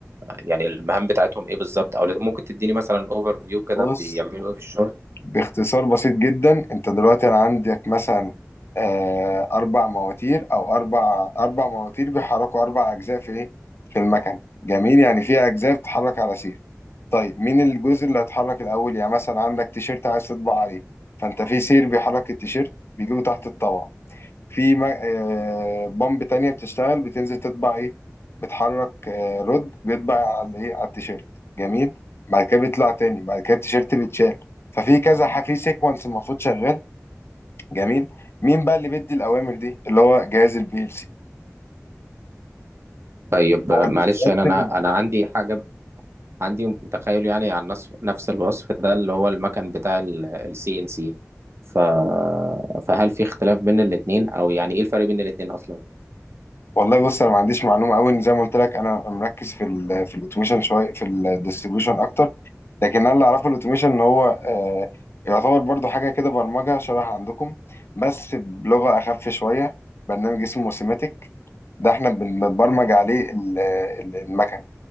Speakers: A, on the right; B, on the left.
A: يعني المهام بتاعتهم ايه بالظبط او ممكن تديني مثلا اوفر فيو كده
B: بص
A: بيعملوا ايه في الشغل
B: باختصار بسيط جدا انت دلوقتي انا عندك مثلا آه، اربع مواتير او اربع اربع مواتير بيحركوا اربع اجزاء في ايه في المكن جميل يعني في اجزاء بتتحرك على سير طيب مين الجزء اللي هيتحرك الأول يعني مثلا عندك تيشيرت عايز تطبع عليه فأنت في سير بيحرك التيشيرت بيجيبه تحت الطبعة في ما- آه، بامب تانية بتشتغل بتنزل تطبع إيه بتحرك آه، رد بيطبع على إيه على التيشيرت جميل بعد كده بيطلع تاني بعد كده التيشيرت بيتشال ففي كذا ح- في سيكونس المفروض شغال جميل مين بقى اللي بيدي الأوامر دي اللي هو جهاز البي ال سي
A: طيب
B: هو
A: آه،
B: اللي
A: معلش
B: بيرتب
A: انا انا أنا عندي حاجه عندي تخيل يعني عن نفس نفس الوصف ده اللي هو المكن بتاع السي ان سي ف فهل في اختلاف بين الاثنين او يعني ايه الفرق بين الاثنين اصلا
B: والله بص انا ما عنديش معلومه قوي ان زي ما قلت لك انا مركز في ال في الاوتوميشن شويه في الديستريبيوشن اكتر لكن انا اللي اعرفه الاوتوميشن ان هو آه، يعتبر برضو حاجه كده برمجه شبه عندكم بس بلغه اخف شويه برنامج اسمه سيماتيك ده احنا بن- بنبرمج عليه ال- ال- المكن